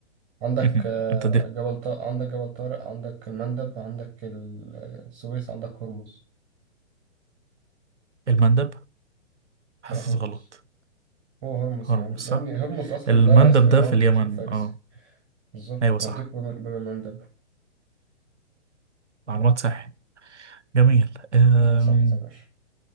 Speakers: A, on the right (about 25°); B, on the right (about 80°).
A: عندك
B: مهم.
A: آه،
B: انت ده
A: جبل طارق عندك جبل طارق عندك المندب عندك ال- آه، السويس عندك هرمز
B: المندب حاسس
A: لا هرمز
B: غلط
A: هو هرمز
B: هرمز
A: يا عم
B: صح
A: يا ابني هرمز اصلا
B: المندب
A: ده اسم
B: ده
A: ايراني
B: في اليمن
A: اسم فارسي
B: اه
A: بالظبط
B: ايوه صح
A: مضيق باب باب المندب
B: معلومات صح جميل أم...
A: كل حاجه صح يا باشا